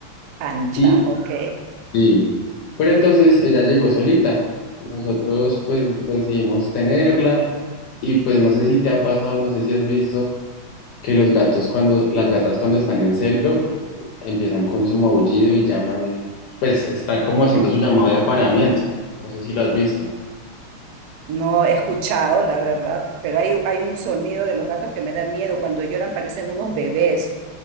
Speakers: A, on the right; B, on the left.
A: Ancha,
B: y
A: ok.
B: sí, pero entonces ella llegó solita, nosotros pues decidimos tenerla y pues no sé si te ha pasado, no sé si has visto. que los gatos cuando, las gatas cuando están en celo empiezan con su maullido y llaman, pues están como haciendo su llamado de apareamiento. No sé si lo has visto.
A: No he escuchado, la verdad, pero hay, hay un sonido de los gatos que me da miedo. Cuando lloran parecen unos bebés.